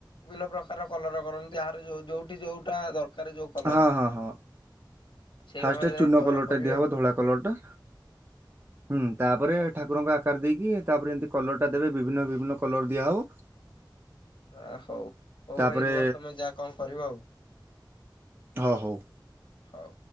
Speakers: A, on the left (about 75°); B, on the right (about 25°).
A: ବିଭିନ୍ନ ପ୍ରକାର କଲର କରନ୍ତି ଯାହାର ଯୋଉଠି ଯୋଉଟା ଦରକାର ଯୋଉ କଲର
B: ହଁ ହଁ ହଁ
A: ସେଇଭଳିଆ
B: ଫାଷ୍ଟ ଚୂନ କଲରଟା
A: କରିବେ
B: ଦିଆହେବ ଧଳା କଲରଟା।
A: <inaudible>
B: ହୁଁ ତାପରେ
A: ଆଉ।
B: ଠାକୁରଙ୍କ ଆକାର ଦେଇକି ତାପରେ ଏମିତି କଲର ଟା ଦେବେ ବିଭିନ୍ନ ବିଭିନ୍ନ କଲର ଦିଆହବ।
A: ଆ ହଉ ହଉ
B: ତାପରେ
A: ଭାଇ ରୁହ ତମେ ଯା କଣ କରିବ ଆଉ?
B: ହ ହଉ।
A: ହଉ।